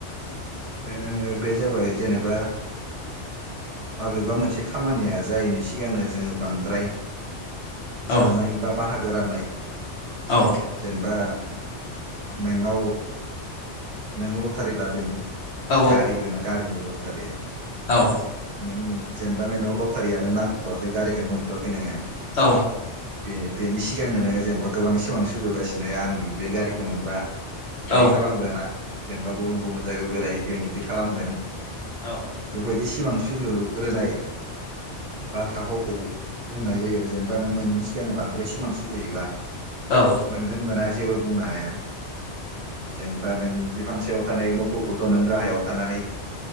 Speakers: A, on the right; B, on the left.
A: बे बे जाबाय जेनेबा माबेबा मोनसे खामानिया जायैनि सिगांनो जोङो बांद्राय साननाय
B: औ
A: बा बाहागो राननाय
B: औ
A: जेनेबा नोंनाव नों लटारि लादों
B: औ
A: गारि गोनां गारिनि लथारि
B: औ
A: नों जेनेबा नोंनाव लटारियानो नांथ'वाखै गारिखोनो मोनथ'आखै नोङो
B: औ।
A: बे बेनि सिगांनो नोङो जेनेबा गोबां सिमां सुजुगासिनो आं बे गारिखौ मोनबा ओरै
B: औ
A: खालामगोन आं जेनेबा गुबुन गुबुन जायगायाव बेरायहैगोन इदि खालामगोन
B: औ
A: बेबायदि सिमां सुजुग्रोनाय बाथ्रा फावखौ बुंनाय जायो आरो जेनेबा नों मोनैनि सिगांनो बांद्राय सिमां सुजुयोबा।
B: औ
A: मोनगोन मोना जेबो बुंनो हाया जेनेबा नों बिफां सायाव थानाय मोफौखौथ' नों गाहायाव थानानै